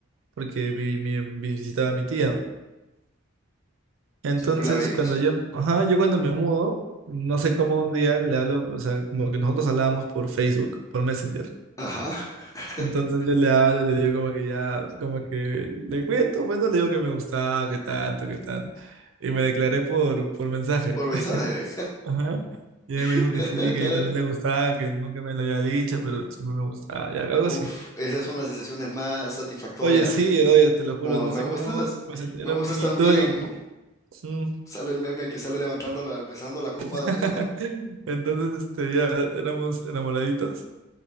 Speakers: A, on the right; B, on the left.
A: porque vi- mi- visitaba a mi tía. Entonces,
B: ¿Siempre la veías?
A: cuando yo, ajá, yo cuando me mudo, no sé cómo un día le hablo, o sea, como que nosotros hablábamos por Facebook, por Messenger.
B: Ajá, <laughs>
A: Entonces yo le hablo y le digo como que ya, como que le cuento, pues no le digo que me gustaba, que tanto, que tanto. Y me declaré por, por mensaje.
B: por mensaje.
A: Ajá. Y ella me dijo
B: <laughs>
A: que sí, que yo también le gustaba, que nunca me lo había dicho, pero siempre me gustaba, ya, algo
B: Uf,
A: así.
B: esas son las sensaciones más satisfactorias.
A: Oye, sí, oye, te lo juro,
B: Como
A: no
B: me
A: sé
B: gustas,
A: cómo no- me sent- era
B: me gustas
A: un niñito
B: también.
A: y... mm,
B: Sale el meme que sale levantando la, besando la copa del
A: <laughs>
B: mundo.
A: Entonces, este, ya éramos enamoraditos,